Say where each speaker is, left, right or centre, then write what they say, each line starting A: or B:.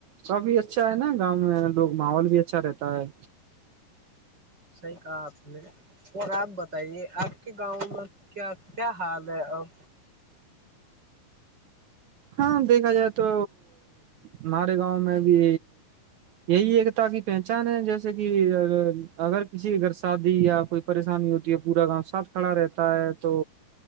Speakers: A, on the right (about 70°); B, on the right (about 30°).
A: کافی اچھا ہے نا گاؤں میں لوگ ماحول بھی اچھا رہتا ہے
B: صحیح کہا آپ نے اور آپ بتائیے آپ کے گاؤں میں کیا کیا حال ہے اب
A: ہاں دیکھا جائےا تو ہمارے گاؤں میں بھی یہی ایکتا کی پہچان ہے جیسے کہ کہ اگر کسی گھر سے شادی یا کوئی پریشانی ہوتی ہے پورا گاؤں ساتھ کھڑا رہتا ہے تو